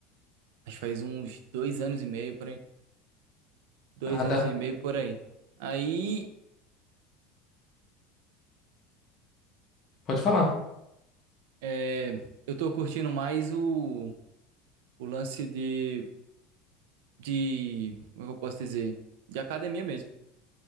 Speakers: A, on the right; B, on the left.
A: Acho que faz uns dois anos e meio por aí. Dois
B: Ah, dá.
A: anos e meio por aí. Aí,
B: Pode falar.
A: é, eu tô curtindo mais o, o lance de, de. Como é que eu posso dizer? De academia mesmo.